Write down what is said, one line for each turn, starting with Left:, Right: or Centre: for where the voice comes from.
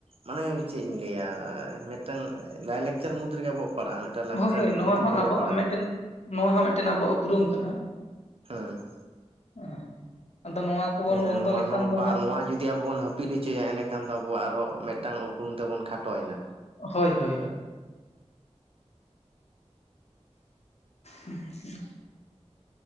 Right: ᱢᱟᱱᱮ ᱪᱮᱫ ᱤᱧ ᱞᱟᱹᱭᱟ ᱢᱤᱫᱴᱟᱝ ᱞᱟᱭᱞᱟᱠᱪᱟᱨ ᱢᱩᱫᱽ ᱨᱮᱜᱮ ᱟᱵᱚᱣᱟᱜ ᱯᱟᱲᱟᱜᱼᱟ ᱢᱤᱫᱴᱟᱝ ᱞᱟᱠᱪᱟᱨ
Left: ᱦᱳᱭ ᱦᱳᱭ ᱱᱚᱣᱟ
Right: ᱵᱷᱤᱛᱨᱤ
Left: ᱦᱚᱸ
Right: ᱨᱮᱜᱮ
Left: ᱟᱵᱚᱣᱟᱜ
Right: ᱯᱟᱲᱟᱜᱼᱟ
Left: ᱢᱤᱫᱴᱮᱱ ᱱᱚᱣᱟ ᱦᱚᱸ ᱢᱤᱫᱴᱮᱱ ᱟᱵᱚᱣᱟᱜ ᱩᱯᱨᱩᱢ ᱠᱟᱱᱟ᱾
Right: ᱦᱮᱸ
Left: ᱦᱮᱸ ᱟᱫᱚ ᱱᱚᱣᱟ ᱠᱚᱵᱚᱱ
Right: ᱦᱮᱸ
Left: ᱵᱚᱱᱫᱚ
Right: ᱱᱚᱣᱟ
Left: ᱞᱮᱠᱷᱟᱱ
Right: ᱦᱚᱸ
Left: ᱫᱚ
Right: ᱵᱟ
Left: ᱦᱟᱸᱜ
Right: ᱱᱚᱣᱟ ᱦᱚᱸ ᱡᱩᱫᱤ ᱟᱵᱚ ᱵᱚᱱ ᱡᱟᱹᱯᱤᱫ ᱦᱚᱪᱚᱭᱟ ᱮᱱᱠᱷᱟᱱ ᱫᱚ ᱟᱵᱚᱣᱟᱜ ᱟᱨᱦᱚᱸ ᱢᱤᱫᱴᱟᱝ ᱩᱯᱨᱩᱢ ᱛᱮᱵᱚᱱ ᱠᱷᱟᱴᱚᱭᱮᱱᱟ
Left: ᱦᱳᱭ ᱦᱳᱭ ᱦᱳᱭ <unintelligible>